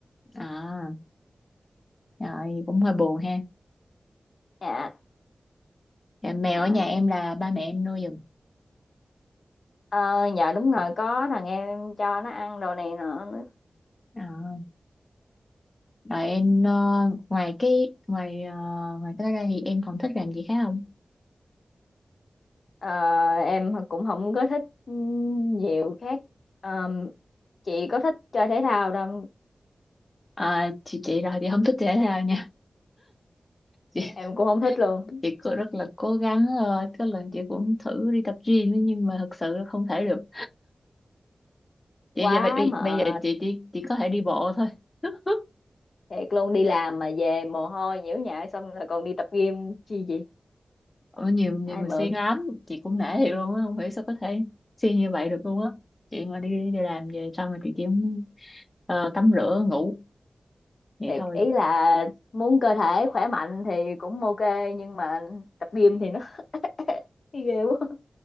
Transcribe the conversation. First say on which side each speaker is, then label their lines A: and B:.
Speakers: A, on the left (about 30°); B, on the left (about 70°).
A: à rồi cũng hơi buồn ha
B: Dạ.
A: dạ, mèo
B: Dạ,
A: ở nhà em là ba mẹ em nuôi giùm
B: Ờ, dạ đúng rồi, có thằng em cho nó ăn đồ này nọ nữa.
A: à, rồi em ờ, ngoài cái ngoài ờ, ngoài cái đó ra thì em còn thích làm gì khác không
B: Ờ, em cũng không có thích nhiều khác. Ờ, chị có thích chơi thể thao đâu,
A: à, chị chị rồi chị không thích thể thao nha <laughs>
B: em cũng không thích luôn.
A: chị cũng rất là cố gắng rồi có lần chị cũng thử đi tập gym ấy, nhưng mà thật sự là không thể được chị
B: Quá
A: giờ bây,
B: mệt,
A: bây giờ chị chỉ chỉ có thể đi bộ thôi <laughs>
B: thiệt luôn đi làm mà về mồ hôi nhiễu nhại xong rồi còn đi tập gym chi gì.
A: Ở nhiều nhiều
B: Ai
A: người
B: mượn.
A: siêng lắm chị cũng nể thiệt luôn á không hiểu sao có thể siêng như vậy được luôn á chị mà đi đi làm về xong rồi chị chỉ muốn, ờ, tắm rửa ngủ vậy
B: Thiệt
A: thôi
B: ý là muốn cơ thể khỏe mạnh thì cũng ok nhưng mà tập gym thì nó <laughs> ghê quá